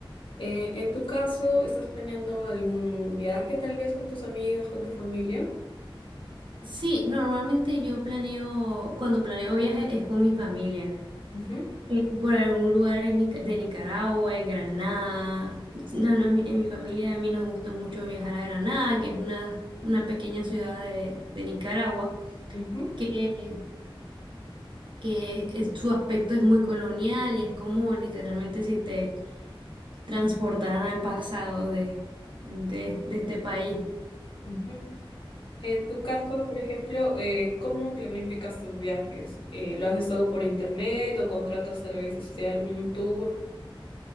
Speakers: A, on the left; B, on the right.
A: Eh, en tu caso, ¿estás planeando algún viaje tal vez con tus amigos, con tu familia?
B: Sí, normalmente yo planeo, cuando planeo viajes es con mi familia,
A: Ujú,
B: eh, por algún lugar en Nica- de Nicaragua, en Granada. No, no, a mí- en mi familia a mí nos gusta mucho viajar a Granada, que es una, una pequeña ciudad de, de Nicaragua,
A: ujú,
B: que, que es- su aspecto es muy colonial y es como literalmente si te transportaran al pasado de, de, de este país.
A: ujú. En tu caso, por ejemplo, eh, ¿cómo planificas tus viajes? Eh, ¿lo haces todo por internet o contratas tal vez este, algún tour?